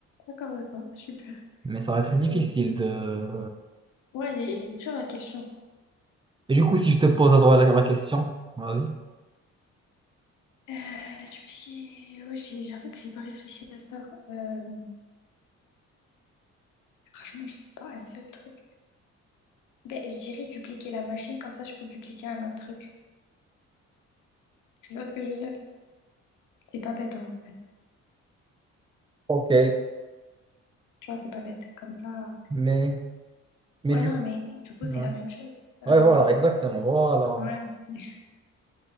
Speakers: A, on the left (about 85°); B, on the right (about 15°).
A: D'accord, d'accord. Super.
B: Mais ça va être difficile
A: Et-
B: de...
A: Ouais, elle est, elle est dure la question.
B: Et du coup, si je te pose à droite la, la question, vas-y.
A: Euh, dupliquer. Ouais, j'ai- j'avoue que j'ai pas réfléchi à ça. Euh... Franchement, je sais pas, un seul truc. Ben, je dirais dupliquer la machine, comme ça je peux dupliquer un autre truc. Tu vois ce que je veux dire? C'est pas bête en vrai.
B: Ok,
A: Tu vois, c'est pas bête. Comme ça.
B: mais, mais
A: Ouais,
B: du...
A: non, mais du coup,
B: Ouais.
A: c'est la même chose. Euh,
B: Ouais, voilà, exactement, voilà.
A: Ouais, c'est- <laughs>